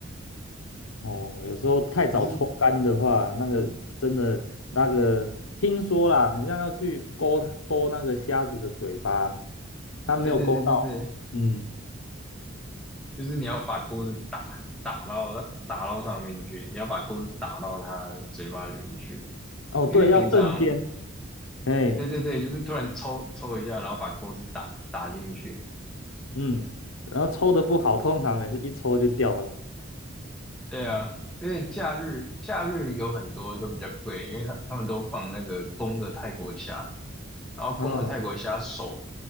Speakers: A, on the left; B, in the centre.
A: 哦，有时候太早抽干的话，
B: 就是
A: 那个真的那个，听说啦，很像要去勾勾那个虾子的嘴巴，它没有勾到。
B: 对对对对对，
A: 嗯，
B: 就是你要把钩子打打到它打到上面去，你要把钩子打到它的嘴巴里面去。
A: 哦对，
B: 因为平常，
A: 要瞬间，哎，
B: 对对对，就是突然抽抽一下，然后把钩子打打进去，
A: 嗯，然后抽的不好，通常每次一抽就掉了。
B: 对啊，
A: 嗯。
B: 因为假日假日有很多都比较贵，因为他他们都放那个公的泰国虾，然后公的泰国虾手
A: 嗯